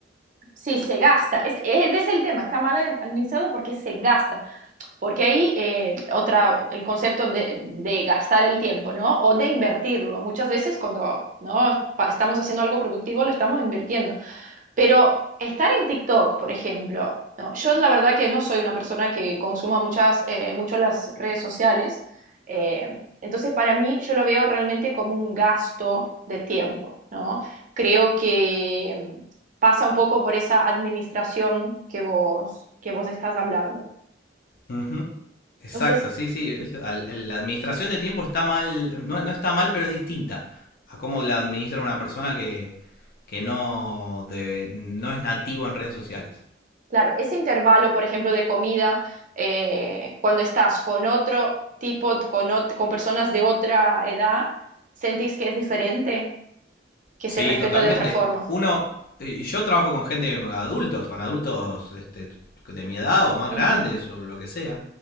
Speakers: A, on the right (about 45°); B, on the left (about 50°).
A: sí, se gasta. Es, es- ese es el tema, está mal administrado porque se gasta. Porque ahí eh, otra, el concepto de, de gastar el tiempo, ¿no? O de invertirlo. Muchas veces cuando ¿no? pa- estamos haciendo algo productivo, lo estamos invirtiendo. Pero estar en TikTok, por ejemplo, ¿no? Yo la verdad que no soy una persona que consuma muchas, eh, mucho las redes sociales, eh, entonces para mí yo lo veo realmente como un gasto de tiempo, ¿no? Creo que mm, pasa un poco por esa administración que vos, que vos estás hablando.
B: Ujú. Exacto,
A: Entonces,
B: sí, sí. es- al- La administración de tiempo está mal, no, no está mal, pero es distinta a cómo la administra una persona que, que no, de- no es nativo en redes sociales.
A: claro, ese intervalo, por ejemplo, de comida, eh, cuando estás con otro tipo, con, ot- con personas de otra edad, ¿sentís que es diferente? que
B: Sí,
A: se respeta
B: totalmente.
A: de otra forma.
B: Uno, y yo trabajo con gente adultos, con adultos este, de mi edad o más
A: Ujú.
B: grandes o lo que sea.